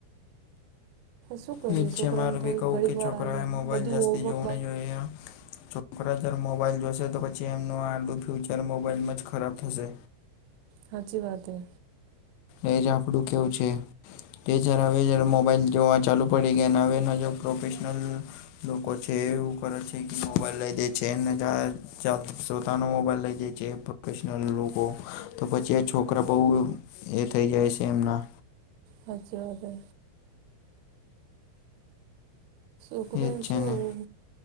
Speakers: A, on the right; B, on the left.
A: શું કરીએ
B: ઈચ્છે
A: છોકરાને
B: મારવી
A: થોડીક
B: કહું
A: ઘડીક
B: કે
A: વાર
B: છોકરાએ
A: આલી
B: મોબાઈલ
A: બધું
B: જાસ્તી
A: હોમવર્ક
B: જોવું
A: બાપ
B: નહી જોઈએ. છોકરાજર મોબાઈલ જોશે તો પછી એમનું આલું ફ્યુચર મોબાઈલમાં જ ખરાબ થશે.
A: હાચી વાત હ.
B: એજ આપડું કેવું છે. જ હવે મોબાઈલ જોવા ચાલુ પડી ગયા હવે પ્રોફેશનલ. લોકો છે એવું કરે છે મોબાઈલ લઈ દે છે જ. પોતાનો મોબાઈલ લઈ જાય છે પ્રોફેશનલ લોકો તો પછી એ છોકરા બહુ. એ થઇ જાય છે એમના.
A: હાચી વાત હે. ઉપરો
B: એજ છે
A: શું.
B: ને